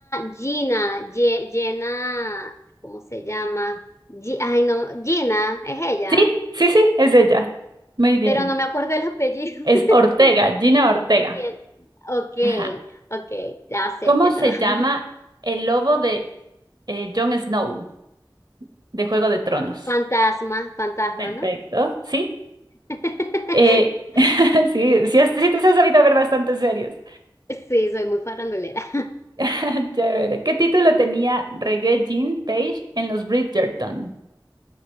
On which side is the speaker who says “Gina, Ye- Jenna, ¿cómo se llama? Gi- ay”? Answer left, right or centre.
Left